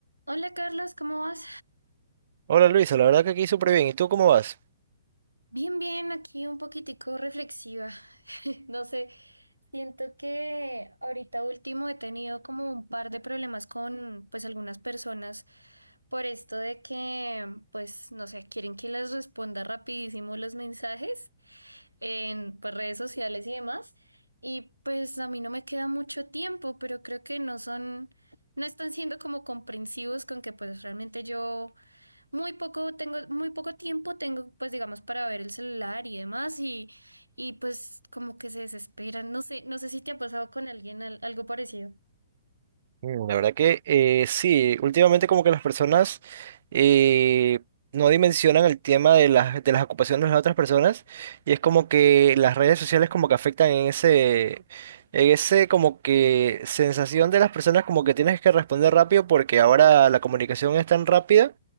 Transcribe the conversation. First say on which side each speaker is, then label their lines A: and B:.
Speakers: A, on the right (about 85°); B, on the right (about 50°).
A: Hola Carlos, ¿cómo vas?
B: Hola Luisa, la verdad que aquí súper bien. ¿Y tú cómo vas?
A: Bien, bien, aquí un poquitico reflexiva. <laughs> No sé, siento que ahorita último he tenido como un par de problemas con pues algunas personas por esto de que pues no sé, quieren que les responda rapidísimo los mensajes en pues, redes sociales y demás. Y pues a mí no me queda mucho tiempo, pero creo que no son, no están siendo como comprensivos con que pues realmente yo Muy poco tengo, muy poco tiempo tengo, pues digamos, para ver el celular y demás, y, y pues como que se desesperan. No sé, no sé si te ha pasado con alguien al- algo parecido.
B: Mm, La verdad que eh, sí, últimamente como que las personas eh, no dimensionan el tema de las, de las ocupaciones de las otras personas y es como que las redes sociales como que afectan en ese, en ese como que sensación de las personas como que tienes que responder rápido porque ahora la comunicación es tan rápida